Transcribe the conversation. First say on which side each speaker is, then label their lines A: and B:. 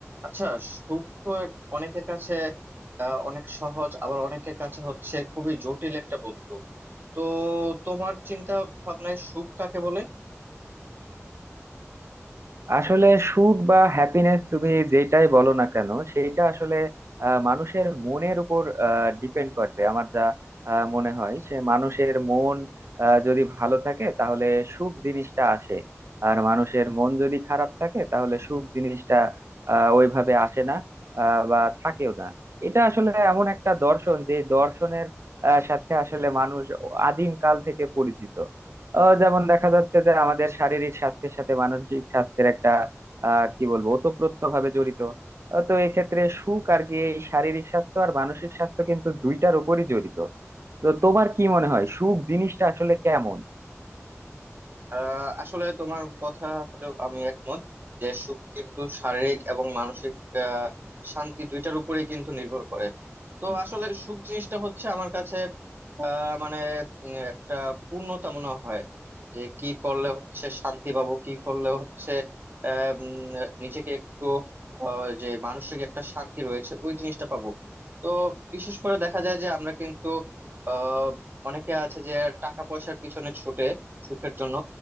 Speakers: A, on the right; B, on the right.
A: আচ্ছা সুখ তো এক- অনেকের কাছে আহ, অনেক সহজ আবার অনেকের কাছে হচ্ছে খুবই জটিল একটা বস্তু তো তোমার চিন্তা ভাবনায় সুখ কাকে বলে
B: আসলে সুখ বা হ্যাপিনেস তুমি যেটাই বলো না কেন সেইটা আসলে আহ, মানুষের মনের উপর ডিপেন্ড করে আমার যা আহ, মনে হয় সে মানুষের মন আহ, যদি ভালো থাকে তাহলে সুখ জিনিসটা আসে আর মানুষের মন যদি খারাপ থাকে তাহলে সুখ জিনিসটা আহ, ওইভাবে আসে না আহ, বা থাকেও না এটা আসলে এমন একটা দর্শন যে দর্শনের আহ, সাথে আসলে মানুষ আদিম কাল থেকে পরিচিত আহ যেমন দেখা যাচ্ছে যে আমাদের শারীরিক স্বাস্থ্যের সাথে মানসিক স্বাস্থ্যের একটা আহ কি বলবো ওতপ্রোত ভাবে জড়িত আহ, তো এক্ষেত্রে সুখ আর কি এই শারীরিক স্বাস্থ্য আর মানসিক স্বাস্থ্য কিন্তু দুইটার উপরই জড়িত তো তোমার কি মনে হয় সুখ জিনিসটা আসলে কেমন
A: আহ আসলে তোমার কথা আসলে আমি একমত যে সুখ কিন্তু শারীরিক এবং মানসিক আহ, শান্তি দুইটার উপরেই কিন্তু নির্ভর করে তো আসলে সুখ জিনিসটা হচ্ছে আমার কাছে আহ, মানে উম, একটা পূর্ণতা মনে হয় যে কি করলে হচ্ছে শান্তি পাবো কি করলে হচ্ছে আহ, উম, নিজেকে একটু আহ, যে মানসিক একটা শান্তি রয়েছে ওই জিনিসটা পাবো তো বিশেষ করে দেখা যায় যে আমরা কিন্তু আহ, অনেকে আছে যে টাকা পয়সার পিছনে ছুটে সুখের জন্য